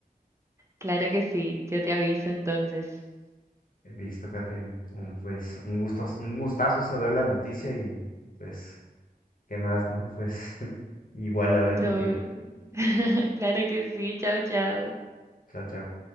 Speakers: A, on the right (about 15°); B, on the left (about 60°).
A: Claro que sí, yo te aviso entonces.
B: listo, Catherine. Un, pues un gusto, un gustazo saber la noticia y pues, ¿qué más, no? Pues <laughs> igual hablar contigo.
A: No, <laughs> claro que sí, chao, chao.
B: Chao, chao.